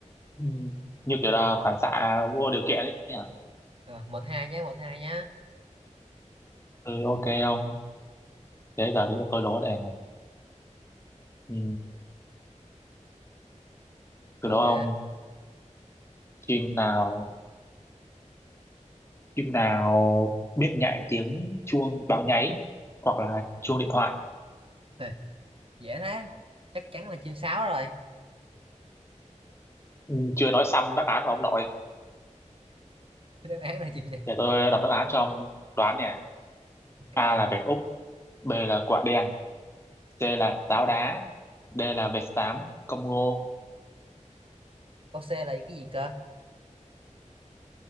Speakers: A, on the left (about 20°); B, on the right (about 45°).
A: ừ. như kiểu là
B: Một một
A: phản xạ vô điều kiện ấy nhỉ
B: ờ, một hai nhé, một hai nhá.
A: ừ ok ông thế giờ đến lượt tôi đố này ừ. từ
B: Ok.
A: đó ông chim nào chim nào biết nhại tiếng chuông báo nháy hoặc là chuông điện thoại
B: Rồi, dễ thế chắc chắn là chim sáo rồi
A: ừ. chưa nói xong đáp án của ông nội
B: đáp án là chim gì? <laughs>
A: để tôi đọc đáp án cho ông đoán nè
B: ok
A: A là vẹt Úc B là quả đen C là táo đá D là vẹt xám Congo
B: câu C là cái gì cơ